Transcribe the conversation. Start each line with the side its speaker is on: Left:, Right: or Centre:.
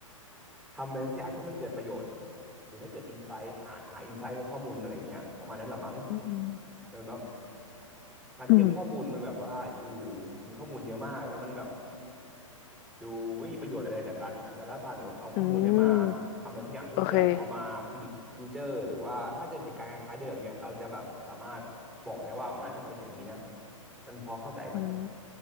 Centre: ทำอะไรสักอย่างให้มันเกิดประโยชน์หรือให้เกิดอินไซต์หาหาอินไซต์ในข้อมูลมันอะไรเงี้ยประมาณนั้นแหละมั้ง
Left: อืม
Centre: เหมือนแบบการที่ข้อมูลมันแบบว่าอยู่
Left: อืม
Centre: มีข้อมูลเยอะมากแล้วมันแบบ ดูไม่มีประโยชน์อะไรจากการดัตต้าไซน์เหมือนแบบเอาข้อมูลเนี้ยมา
Left: อืม
Centre: ทำอะไรสักอย่างเพื่อที่แบบเอามาพิจิตรฟิวเจอร์หรือว่าถ้าเจอเหตุการณ์คล้ายๆเดิมเนี่ยเราจะแบบสามารถบอกได้ว่ามันน่าจะมาเป็นอย่างนี้นะ
Left: โอเค
Centre: มันพอเข้าใจไหม
Left: อืม